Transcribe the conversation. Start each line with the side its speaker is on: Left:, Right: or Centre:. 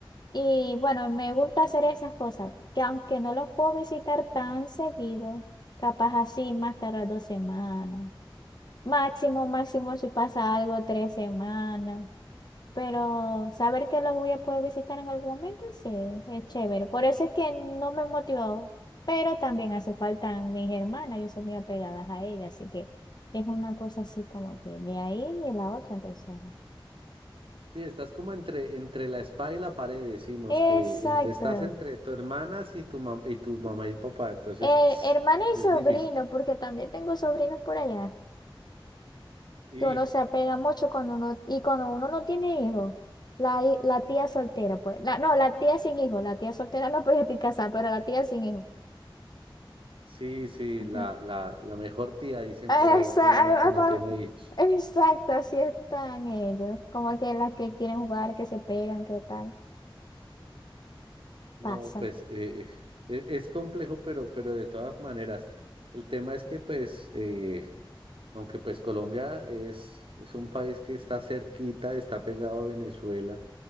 Left: Y bueno, me gusta hacer esas cosas, que aunque no los puedo visitar tan seguido, capaz así más tarde dos semanas. Máximo, máximo si pasa algo, tres semanas. Pero saber que los voy a poder visitar en algún momento, sí, es chévere. Por eso es que no me motivó. Pero también hace falta mis hermanas, yo soy muy apegada a ellas, así que es una cosa así como que ni ahí ni la otra, entonces. ajá.
Right: Sí, estás como entre, entre la espada y la pared, decimos
Left: Exacto,
Right: que entre, estás entre tu hermana y tu, mam- y tu mamá y papá, entonces
Left: Eh,
Right: <sniffs>
Left: hermana
Right: es
Left: y sobrino,
Right: difícil.
Left: porque también tengo sobrinos por allá,
Right: Y
Left: que uno se apega mucho cuando uno, y cuando uno no tiene hijos, la, hi- la tía soltera, pues, la- no, la tía sin hijos, la tía soltera no podía estar casada, pero la tía sin hijos.
Right: sí, sí,
Left: Ujú.
Right: la, la, la mejor tía, dicen
Left: Esa-
Right: por ahí que es la que
Left: ah,
Right: no
Left: pa-
Right: tiene hijos.
Left: exacto, así están ellos, como que las que quieren jugar, que se pegan, que tal,
Right: No,
Left: pasa,
Right: pues eh, eh, e- es, complejo, pero, pero de todas maneras, el tema es que pues... eh, Aunque pues Colombia es, es un país que está cerquita, está pegado a Venezuela,